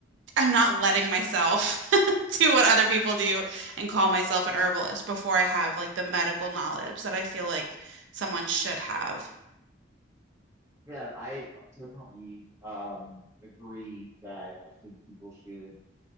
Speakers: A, on the right; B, on the right.
A: I'm not letting myself <laughs> do what other people do and call myself an herbalist before I have like the medical knowledge that I feel like someone should have.
B: Yeah, I definitely um agree that I think people should